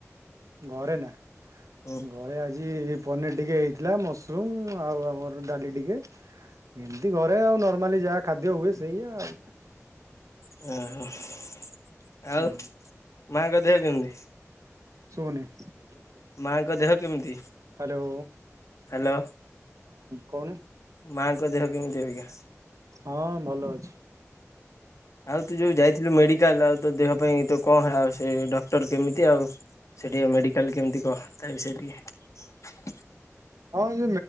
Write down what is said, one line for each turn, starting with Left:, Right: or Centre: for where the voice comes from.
Right: ଘରେ ନା
Left: ହୁଁ
Right: ଘରେ ଆଜି ପନିର ଟିକେ ହେଇଥିଲା, ମସରୁମ ଆଉ ଆମର ଡାଲି ଟିକେ ଏମିତି ଘରେ ଆଉ ନର୍ମାଲି ଯାହା ଖାଦ୍ୟ ହୁଏ ସେଇ ଆଉ।
Left: <unintelligible> ଆଉ
Right: ହୁଁ
Left: ମାଙ୍କ ଦେହ କେମିତି?
Right: <unintelligible>
Left: ମାଙ୍କ ଦେହ କେମିତି,
Right: ହ୍ୟାଲୋ
Left: ହ୍ୟାଲୋ?
Right: କୋହୁନୁ?
Left: ମାଙ୍କ ଦେହ କେମିତି ଆଜ୍ଞା?
Right: ହଁ ଭଲ ଅଛି।
Left: ଆଉ ତୁ ଯୋଉ ଯାଇଥିଲୁ ମେ ହେଲେ ଆଉ ତୋ ଦେହ ପାଇଁ ତ କଣ ହେଲା ଆଉ ସେ ଡକ୍ଟର କେମିତି ଆଉ ସେଠିକା ମେଡିକାଲ କେମିତି? କହ ତାବିଷୟରେ ଟିକେ?
Right: ମାଲ